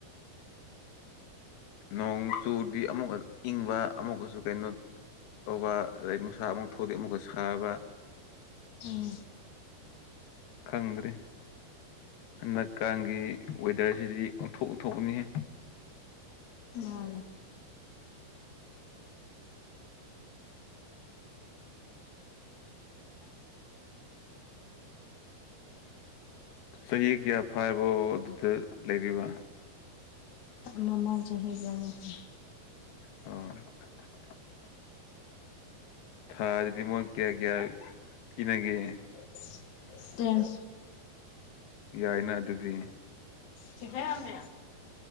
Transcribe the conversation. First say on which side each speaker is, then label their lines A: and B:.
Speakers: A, on the left; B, on the left.
A: ꯅꯣꯡ ꯆꯨꯗꯤ ꯑꯃꯨꯛꯒ ꯏꯪꯕ ꯑꯃꯨꯛꯀꯁꯨ ꯀꯩꯅꯣ ꯇꯧꯕ ꯑꯗꯩ ꯅꯨꯡꯁꯥ ꯑꯃꯨꯛ ꯊꯣꯛꯑꯗꯤ ꯑꯃꯨꯛꯀ ꯁꯥꯕ
B: ꯎꯝ
A: ꯈꯪꯗ꯭ꯔꯦ ꯍꯟꯗꯛꯀꯥꯟꯒꯤ ꯋꯦꯗꯔꯁꯤꯗꯤ ꯑꯣꯟꯊꯣꯛ ꯑꯣꯊꯣꯛꯅꯤꯍꯦ
B: ꯃꯥꯅꯦ
A: ꯆꯍꯤ ꯀ꯭ꯌꯥ ꯐꯥꯔꯕꯣ ꯑꯗꯨꯗ ꯂꯩꯔꯤꯕ
B: ꯃꯃꯥꯡ ꯆꯍꯤ ꯔꯥꯁ
A: ꯑ ꯊꯥꯗꯗꯤ ꯃꯣꯏ ꯀ꯭ꯌꯥ ꯀ꯭ꯌꯥ ꯄꯤꯅꯒꯦ
B: <inaudible> ꯇꯦꯟ
A: ꯌꯥꯏꯅꯥ ꯑꯗꯨꯗꯤ
B: ꯆꯤꯡꯈꯩꯉꯥꯝꯕꯤ